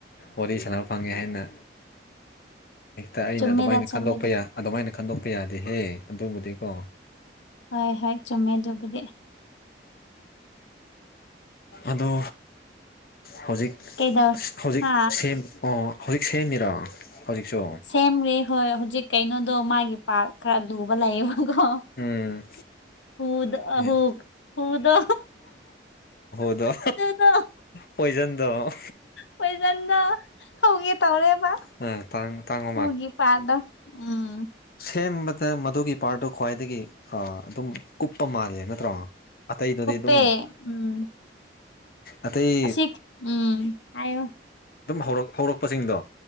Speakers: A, on the left (about 55°); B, on the left (about 80°).
A: ꯋꯥꯔꯤ ꯁꯥꯟꯅꯕ ꯐꯪꯉꯦ ꯍꯥꯏꯅ ꯍꯦꯛꯇ ꯑꯩꯅ
B: ꯆꯨꯝꯃꯦꯗ
A: ꯑꯗꯨꯃꯥꯏꯅ
B: ꯆꯨꯝꯃꯦꯗ
A: ꯈꯟꯗꯣꯛꯄ ꯌꯥ ꯑꯗꯨꯃꯥꯏꯅ ꯈꯟꯗꯣꯛꯄ ꯌꯥꯗꯦꯍꯦ ꯑꯗꯨꯕꯨꯗꯤꯀꯣ
B: ꯍꯣꯏ ꯍꯦꯛ ꯆꯨꯝꯃꯦ ꯑꯗꯨꯕꯨꯗꯤ
A: ꯑꯗꯣ ꯍꯧꯖꯤꯛ
B: ꯀꯩꯗꯧꯔꯦ
A: ꯍꯧꯖꯤꯛ
B: ꯍꯥ
A: ꯁꯦꯝ ꯑꯣ ꯍꯧꯖꯤꯛ ꯁꯦꯝꯃꯤꯔꯣ ꯍꯧꯖꯤꯛꯆꯨ
B: ꯁꯦꯝꯒ꯭ꯔꯦ ꯍꯣꯏ ꯍꯨꯖꯤꯛ ꯀꯩꯅꯣꯗꯣ ꯃꯥꯒꯤ ꯄꯥꯔ ꯈꯔ ꯂꯨꯕ ꯂꯩꯌꯦꯕꯀꯣ
A: ꯎꯝ
B: ꯍꯨꯗ ꯑꯍꯨꯛ
A: ꯑꯦ
B: ꯍꯨꯗꯣ
A: ꯗꯣ
B: ꯑꯗꯨꯗꯣ
A: ꯄꯣꯏꯖꯟꯗꯣ
B: ꯄꯣꯏꯖꯟꯗꯣ ꯍꯧꯒꯦ ꯇꯧꯔꯦꯕ
A: <unintelligible>
B: ꯍꯨꯒꯤ ꯄꯥꯗ ꯎꯝ
A: ꯁꯦꯝꯕꯗ ꯃꯗꯨꯒꯤ ꯄꯥꯔꯠꯗꯣ ꯈ꯭ꯋꯥꯏꯗꯒꯤ ꯑꯥ ꯑꯗꯨꯝ ꯀꯨꯞꯄ ꯃꯥꯜꯂꯦ ꯅꯠꯇ꯭ꯔꯣ ꯑꯇꯩꯗꯨꯗꯤ ꯗꯨꯝ
B: ꯄꯦ ꯎꯝ
A: ꯑꯇꯩ
B: ꯑꯁꯤꯛ ꯎꯝ ꯍꯥꯏꯌꯣ
A: ꯗꯨꯝ ꯍꯧꯔꯛ ꯍꯧꯔꯛꯄꯖꯤꯡꯗꯣ